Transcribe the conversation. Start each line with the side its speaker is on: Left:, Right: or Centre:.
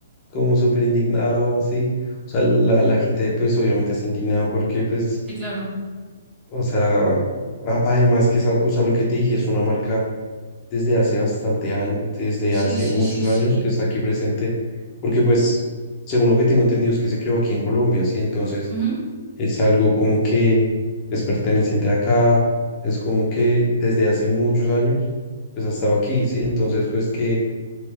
Left: como súper indignado, sí. O sea, la, la gente pues obviamente está indignada porque pues,
Right: Sí, claro.
Left: o sea, a- además que es, al- o sea, lo que te dije es una marca desde hace bastante años, desde
Right: Sí,
Left: hace
Right: sí,
Left: muchos
Right: sí, sí.
Left: años que está aquí presente, porque pues, según lo que tengo entendido es que se creó aquí en Colombia, sí. Entonces,
Right: Ujú.
Left: es algo como que es perteneciente acá, es como que desde hace muchos años, pues ha estado aquí, ¿sí? Entonces, pues que